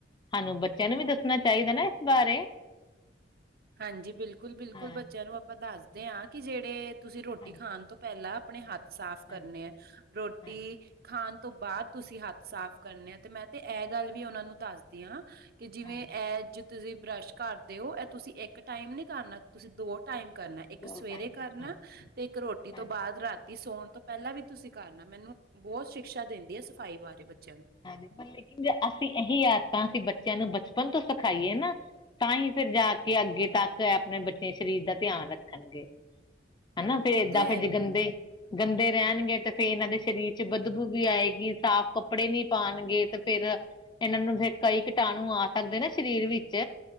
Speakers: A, on the left (about 25°); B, on the right (about 55°).
A: ਸਾਨੂੰ ਬੱਚਿਆਂ ਨੂੰ ਵੀ ਦੱਸਣਾ ਚਾਹੀਦਾ ਨਾ, ਇਸ ਬਾਰੇ।
B: ਹਾਂਜੀ ਬਿਲਕੁਲ- ਬਿਲਕੁਲ
A: ਹਾਂ
B: ਬੱਚਿਆਂ ਨੂੰ ਆਪਾਂ ਦੱਸਦੇ ਹਾਂ ਕਿ ਜਿਹੜੇ ਤੁਸੀਂ ਰੋਟੀ
A: ਹਾਂਜੀ
B: ਖਾਣ ਤੋਂ ਪਹਿਲਾਂ, ਆਪਣੇ ਹੱਥ ਸਾਫ਼ ਕਰਨੇ
A: ਹਾਂਜੀ
B: ਹੈ, ਰੋਟੀ
A: ਹਾਂਜੀ
B: ਖਾਣ ਤੋਂ ਬਾਅਦ ਤੁਸੀਂ ਹੱਥ ਸਾਫ਼ ਕਰਨੇ ਆ, ਤੇ ਮੈਂ ਤੇ ਇਹ ਗੱਲ ਵੀ ਉਹਨਾਂ ਨੂੰ ਦੱਸਦੀ ਹਾ। ਕਿ ਜਿਵੇਂ
A: ਹਾਂਜੀ
B: ਇਹ ਜੇ ਤੁਸੀਂ ਬਰੱਸ਼ ਕਰਦੇ ਹੋ ਇਹ ਤੁਸੀਂ ਇੱਕ ਟਾਈਮ ਨਹੀਂ ਕਰਨਾ, ਤੁਸੀਂ ਦੋ ਟਾਈਮ ਕਰਨਾ ਇੱਕ
A: ਦੋ
B: ਸਵੇਰੇ
A: ਟਾਈਮ
B: ਕਰਨਾ,
A: ਹਾਂ
B: ਅਤੇ ਇੱਕ ਰੋਟੀ ਤੋਂ
A: ਹਾਂਜੀ
B: ਬਾਅਦ ਰਾਤ ਤੀ ਸੌਣ ਤੋਂ ਪਹਿਲਾਂ ਵੀ ਤੁਸੀਂ ਕਰਨਾ, ਮੈਨੂੰ ਬਹੁਤ ਸ਼ਿਕਸ਼ਾ ਦਿੰਦੀ ਆ ਸਫ਼ਾਈ ਬਾਰੇ ਬੱਚਿਆਂ ਨੂੰ।
A: ਹਾਂਜੀ ਲੇਕਿਨ ਜੇ ਅਸੀਂ ਇਹੀ ਆਦਤਾਂ ਅਸੀਂ ਬੱਚਿਆਂ ਨੂੰ ਬਚਪਨ ਤੋਂ ਸਿਖਾਈਏ ਨਾ ਤਾਂ ਹੀ ਫੇਰ ਜਾ ਕੇ ਅੱਗੇ ਤੱਕ ਆਪਣੇ ਬੱਚੇ ਸਰੀਰ ਦਾ ਧਿਆਨ ਰੱਖਣਗੇ। ਹਨਾ ਫੇਰ ਏਦਾਂ
B: ਉਹ ਤੇ
A: ਫੇ
B: ਹੈ
A: ਜੇ
B: ਹੀ
A: ਗੰਦੇ। ਗੰਦੇ ਰਹਿਣਗੇ ਤੇ ਫੇਰ ਇਹਨਾਂ ਦੇ ਸਰੀਰ ਚ ਬਦਬੂ ਵੀ ਆਏਗੀ, ਸਾਫ਼ ਕੱਪੜੇ ਨੀ ਪਾਉਣਗੇ ਤੇ ਫੇਰ ਇਹਨਾਂ ਨੂੰ, ਫੇ ਕਈ ਕੀਟਾਣੂ ਆ ਸਕਦੇ ਨਾ ਸਰੀਰ ਵਿੱਚ।